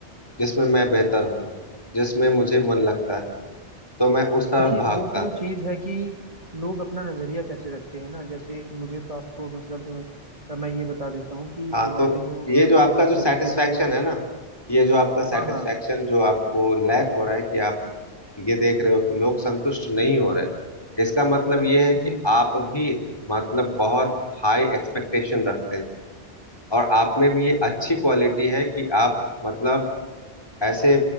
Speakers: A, on the left; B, on the right.
A: जिसमें मैं बेहतर हूँ जिसमें मुझे मन लगता है तो मैं उस तरफ
B: देखिए
A: भागता
B: वो तो चीज है कि लोग अपना नजरिया कैसे रखते हैं ना जैसे मुझे तो आपको मतलब अ, मैं ये बता देता हूँ कि
A: हाँ
B: अ, मैंने
A: तो
B: जो
A: ये
B: अ,
A: जो
B: मतलब
A: आपका
B: एक
A: जो सेटिस्फैक्शन
B: तरीके से
A: है ना ये जो आपका सेटिस्फैक्शन
B: हाँ हाँ
A: जो आपको लैक हो रहा है कि आप ये देख रहे हो कि लोग संतुष्ट नहीं हो रहे हैं इसका मतलब ये है कि
B: जी जी
A: आप भी मतलब बहुत हाई एक्सपेक्टेशन रखते हैं और आप में भी ये अच्छी क्वालिटी है कि आप मतलब ऐसे